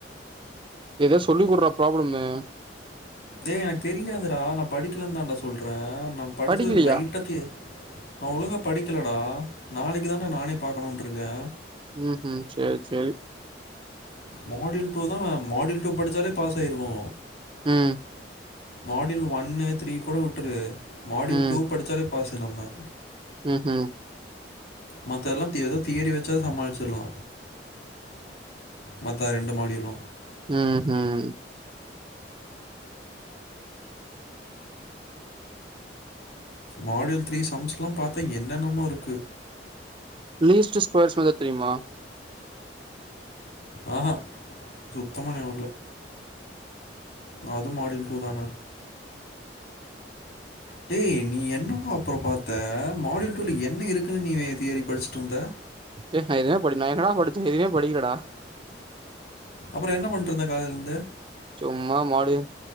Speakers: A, on the right (about 30°); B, on the left (about 60°).
A: எதோ சொல்லி குட்றா ப்ராப்ளம்மு
B: ஏ எனக்கு தெரியாதுரா நா படிக்கலன் தான்டா சொல்றே நா படிச்சது
A: படிக்கலையா
B: லைட்டா தி நா ஒழுங்கா படிக்கலடா நாளைக்கு தான்டா நானே பாக்கணுன்ட்ருக்கே
A: ம் ஹும் சேரி சேரி
B: மாட்யூல் டூ தா மாட்யூல் டூ படிச்சாலே பாஸ் ஆயிருவோ
A: ம்
B: மாட்யூல் ஒன்னு த்ரீ கூட விட்ரு மாட்யூல்
A: ம்
B: டூ படிச்சாலே பாஸு நம்ம
A: ம் ஹும்
B: மத்த எல்லா தி எதோ தியரி வச்சாவ் சமாளிச்சிர்லா மத்த ரெண்டு மாட்யூலு
A: ம் ஹும்
B: மாட்யூல் த்ரீ சம்ஸ்ல்லா பாத்தா என்னென்னமோருக்கு
A: லீஸ்ட்டு ஸ்கொயர்ஸ் எதா தெரிமா
B: ஆஹா சுத்தமா ஞாவர்ல அது மாட்யூல் டூ தான டே நீ என்னடா அப்றோ பாத்த மாட்யூல் டூல என்ன இருக்குன் நீ நேத் தியரி படிச்சுட் வந்த
A: ஏ நா எதுமே படிக் நா என்னடா படிச்சே எதுமே படிக்கலடா
B: அப்றோ என்ன பண்ட்ருந்தே காலைலந்து
A: சும்மா மாடி